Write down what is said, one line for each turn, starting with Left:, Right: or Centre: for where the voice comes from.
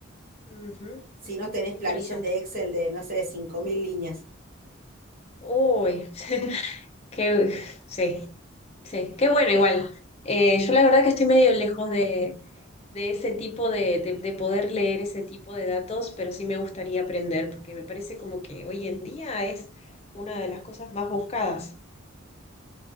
Left: Ujú,
Right: si
Left: ujú,
Right: no tenés
Left: Interesante.
Right: planillas de Excel de, no sé, 5.000 líneas.
Left: Uy, <laughs> qué, sí, sí, qué bueno igual. Eh, yo la verdad que estoy medio lejos de de ese tipo de, de, de poder leer ese tipo de datos, pero sí me gustaría aprender, porque me parece como que hoy en día es una de las cosas más buscadas.